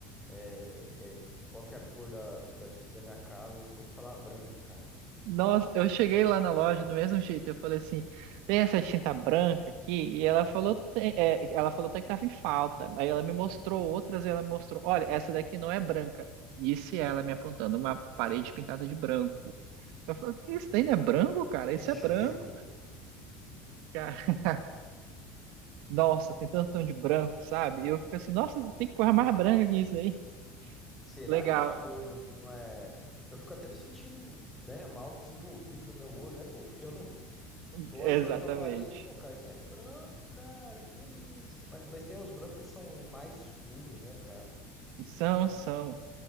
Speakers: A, in the centre; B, on the right (about 65°).
A: é, é, é, que- qual que é a cor da, da tinta da minha casa, eu só vou falar branco, cara.
B: Nossa, eu cheguei lá na loja do mesmo jeito. Eu falei assim: tem essa tinta branca aqui? E ela falou, "Tem", é, ela falou até que tava em falta. Aí ela me mostrou outras e ela me mostrou: olha, essa daqui não é branca. Disse ela me apontando uma parede pintada de branco. Eu falei: isso daí não é branco, cara? Isso
A: É gelo.
B: é branco, cara. <laughs> Nossa, tem tanto tom de branco, sabe? E eu fico assim: nossa, tem coisa mais branca que isso aí.
A: Será
B: Legal,
A: que nosso olho não, não é. Eu fico até me sentindo, né, mal desenvolvido no meu olho, né, pô? Porque eu não.
B: <laughs>
A: Eu
B: exatamente.
A: olho pra, pra parede, pô, cara, isso é branco, cara, que isso? Mas, mas tem uns brancos que são mais escuros, né, cara?
B: São, são.